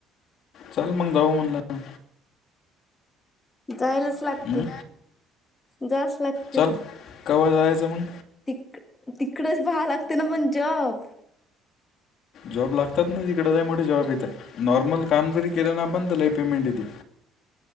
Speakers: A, on the left; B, on the left.
A: चल मंग जाऊ म्हणलं आता
B: जायलाच लागते
A: हम्म.
B: जाच लागते
A: चल कवा जायचं मग
B: तिक तिकडेच पाहा लागते ना जॉब
A: जॉब लागतात ना तिकड लय मोठे जॉब येते नॉर्मल काम जरी केले ना आपण तरी लय पेमेंट देतील